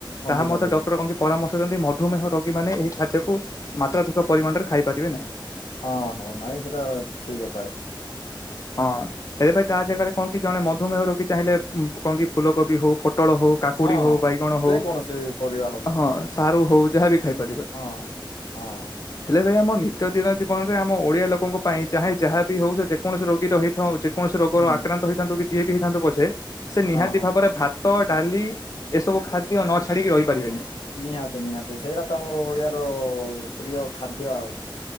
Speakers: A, on the left; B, on the left.
A: ଅଧିକ
B: ତାହା ମତେ
A: ଅଧିକ
B: ଡକ୍ତର କଣ କି ପରାମର୍ଶ ଦିଅନ୍ତି ମଧୁମେୟ ରୋଗୀ ମାନେ ଏହି ଖାଦ୍ୟକୁ ମାତ୍ରାଧିକ ପରିମାଣରେ ଖାଇପାରିବେ ନାହିଁ।
A: ହଁ ହଁ ନାଇଁ ସେଟା ଠିକ କଥା ଆ
B: ହଁ ଏଆପାଇଁ ତା ଜାଗାରେ କଣ କି ଜଣେ ମଧୁମେୟ ରୋଗି ଚାହିଁଲେ କଣ କି ଫୁଲକୋବି ହଉ ପୋଟଳ ହଉ କାକୁଡି
A: ହଁ
B: ହଉ
A: ହଁ
B: ବାଇଗଣ
A: ଯେକୌଣସି
B: ହଉ
A: ପରିବା ହଉ
B: ହଁ ସାରୁ ହଉ ଯାହାବି ଖାଇପାରିବେ।
A: ହଁ ହଁ।
B: ହେଲେ ଭାଇ ଆମ ନିତ୍ୟ ଦିନ ଜୀବନରେ ଆମ ଓଡିଆ ଲୋକଙ୍କ ପାଇଁ ଚାହେଁ ଯାହାବି ହଉ ସେ ଯେକୌଣସି ରୋଗୀ ର ହେଇଥାଉ ଉଚି କୌଣସି ରୋଗର
A: ହୁଁ
B: ଆକ୍ରା ହେଇଥାନ୍ତୁ କି ଯିଏ ବି ହେଇଥାନ୍ତୁ ପଛେ ସେ ନିହାତି
A: ହଁ ହଁ
B: ଭାବରେ ଭାତ ଭାତ, ଡାଲି ଏସବୁ ଖାଦ୍ୟ ନ ଛାଡ଼ିକି ରହିପାରିବେନି।
A: ନିହାତି ନିହାତି ସେଇଟା ତ ଆମର ଓଡିଆର ପ୍ରିୟ ଖାଦ୍ୟ ଆଉ।